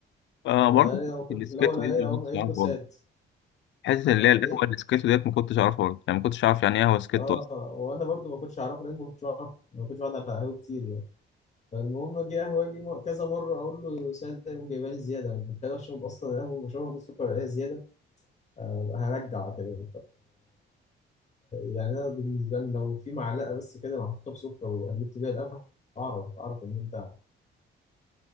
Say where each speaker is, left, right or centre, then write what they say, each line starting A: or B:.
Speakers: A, on the left; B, on the left.
A: آه
B: فأنا
A: برضه حتة
B: كنت
A: السكيتو
B: في الأول إيه
A: ديت أنا
B: أقوم
A: ما كنتش
B: قايل
A: أعرف
B: له
A: برضه
B: ساد
A: حتة اللي
B: أه
A: هي القهوة
B: إيه
A: السكيتو ديت ما كنتش أعرفها برضه يعني ما كنتش أعرف يعني إيه قهوة سكيتو
B: أه
A: أصلا
B: وأنا برضه ما كنتش أعرفه لأن ما كنتش بعرف ما كنتش بقعد على قهوة كتير يعني فالمهم أجي قهوة أجي كذا مرة أقول له سادة يقوم جايبها لي زيادة أنا كنت محتاج أشرب أصلا قهوة بشربها بالسكر إيه زيادة آه، هرجع كده يعني انا بالنسبه لي لو في معلقه بس كده محطوطه بسكر وقلبت بيها القهوه اعرف اعرف ان انت